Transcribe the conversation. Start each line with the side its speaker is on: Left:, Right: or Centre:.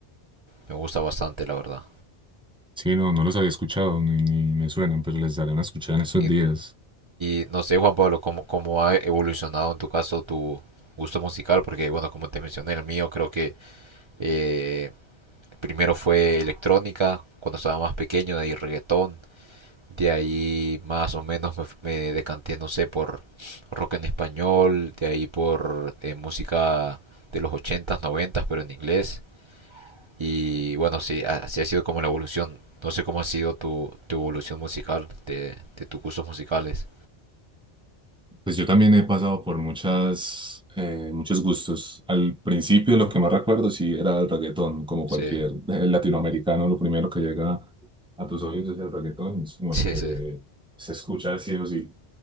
Right: Me gusta bastante, la verdad.
Centre: Sí, no, no los había escuchado, ni, ni me suenan, pero les daré una escuchada en estos
Right: Y,
Centre: días.
Right: y no sé, Juan Pablo, ¿cómo, ¿cómo ha evolucionado en tu caso tu gusto musical? Porque, bueno, como te mencioné, el mío creo que eh, primero fue electrónica, cuando estaba más pequeño, de ahí reggaetón, De ahí más o menos me, me decanté, no sé, por rock en español, de ahí por eh, música de los ochentas noventas pero en inglés. Y bueno, sí, a- así ha sido como la evolución. No sé cómo ha sido tu, tu evolución musical, de, de tus cursos musicales.
Centre: Pues yo también he pasado por muchas, eh, muchos gustos. Al principio lo que más recuerdo sí era el reggaetón, como
Right: Sí,
Centre: cualquier eh, latinoamericano, lo primero que llega a tus oídos es el reggaetón, es como
Right: sí,
Centre: lo que
Right: sí,
Centre: se escucha sí o sí.